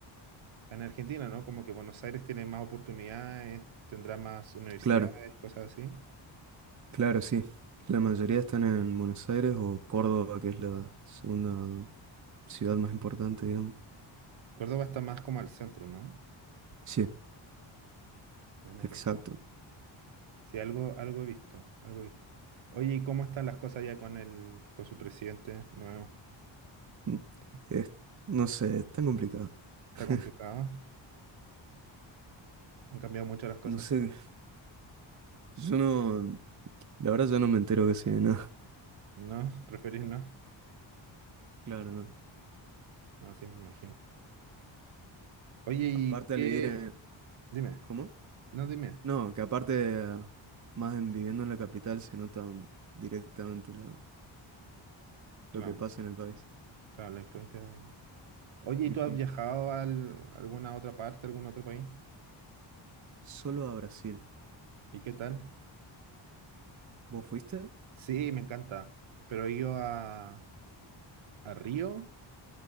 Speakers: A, on the right; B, on the right.
A: En Argentina, ¿no? Como que Buenos Aires tiene más oportunidades, tendrá más universidades,
B: Claro,
A: cosas así.
B: claro, sí. La mayoría están en Buenos Aires o Córdoba, que es la segunda ciudad más importante, digamos.
A: Córdoba está más como al centro, ¿no?
B: Sí,
A: Buena
B: exacto.
A: que tú. Sí, algo, algo he visto, algo he visto. Oye, ¿y cómo están las cosas ya con el, con su presidente nuevo?
B: Mm. Es- no sé, es tan complicado.
A: ¿Está
B: <laughs>
A: complicado? Han cambiado mucho las cosas
B: No sé,
A: entonces.
B: yo no, la verdad yo no me entero casi de nada. <laughs>
A: ¿No? ¿Preferís no?
B: Claro, no.
A: No, sí me imagino. Oye, ¿y
B: Aparte
A: qué?
B: al vivir en...
A: Dime.
B: ¿Cómo?
A: No, dime.
B: No, que aparte ah, más en viviendo en la capital se nota directamente lo,
A: Claro,
B: lo que pasa en el país.
A: claro, la influencia del... Oye,
B: Ujú.
A: ¿y tú has viajado a alguna otra parte, algún otro país?
B: Solo a Brasil.
A: ¿Y qué tal?
B: ¿Vos fuiste?
A: Sí, me encanta. Pero he ido a, a Río